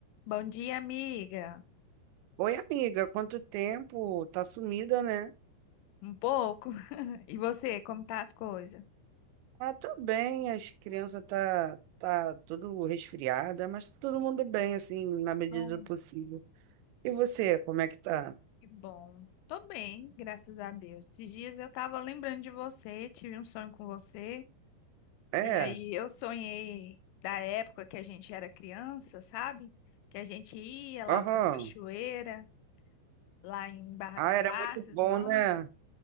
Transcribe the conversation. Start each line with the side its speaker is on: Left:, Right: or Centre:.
Left: Bom dia, amiga.
Right: Oi, amiga, quanto tempo? Tá sumida, né?
Left: Um pouco. <laughs> E você, como tá as coisas?
Right: Ah, tô bem, as crianças tá, tá tudo resfriada, mas tá todo mundo bem, assim, na medida
Left: Bom,
Right: do possível. E você, como é que tá?
Left: Que bom. Tô bem, graças a Deus. Esses dias eu tava lembrando de você, tive um sonho com você.
Right: É,
Left: E aí eu sonhei da época que a gente era criança, sabe? Que a gente ia lá
Right: aham.
Left: para as cachoeiras, lá em Barra
Right: Ah,
Left: do Garças.
Right: era muito bom,
Left: Nossa,
Right: né?